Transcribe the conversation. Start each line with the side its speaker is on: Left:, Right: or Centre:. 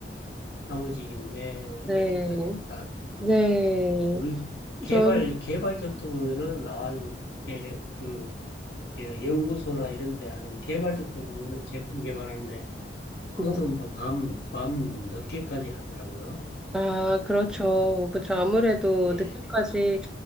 Left: 사무직인데
Centre: 네.
Left: 늦게까지 했다.
Centre: 네.
Left: 우리 개발
Centre: 저희,
Left: 개발적도 보면은 아유 개- 그 그 연구소나 이런 데 하는 개발적도 보면은 제품 개발하는데 그것도
Centre: 네.
Left: 뭐 밤, 밤 늦게까지 하더라고요.
Centre: 아, 그렇죠. 그렇죠. 아무래도
Left: 예,
Centre: 늦게까지.